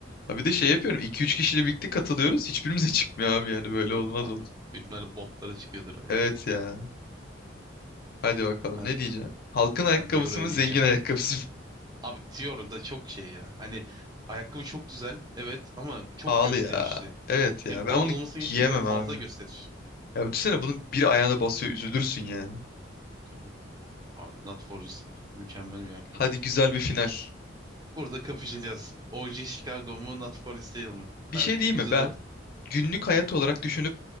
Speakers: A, on the left; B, on the right.
A: Ha bir de şey yapıyorum 2 üç kişiyle birlikte katılıyoruz. Hiçbirimize çıkmıyor abi yani böyle
B: Yok
A: olmaz
B: abi.
A: olur.
B: Büyük ihtimalle botlara çıkıyordur o ya.
A: Evet ya. Hadi bakalım
B: Ben
A: ne diyeceksin? Halkın ayakkabısı
B: ben Dior'u eleyeceğim.
A: mı zengin ayakkabısı mı?
B: Abi Dior da çok şey ya. Hani ayakkabı çok güzel. Evet ama
A: <laughs> Pahalı
B: çok gösterişli.
A: ya. Evet
B: Hem
A: ya
B: pahalı
A: ben bunu
B: olmasını
A: giyemem
B: geçtim bir de fazla
A: abi.
B: gösteriş.
A: Ya düşünsene bunun bir ayağına basıyor üzülürsün yani.
B: Tabii. Abi Not For Resale mükemmel bir ayakkabı.
A: Hadi güzel bir final.
B: Burada kapışacağız. OG Chicago mu Not For Resale mi?
A: Bir
B: Ben
A: şey diyeyim
B: %90
A: mi? Ben günlük hayat olarak düşünüp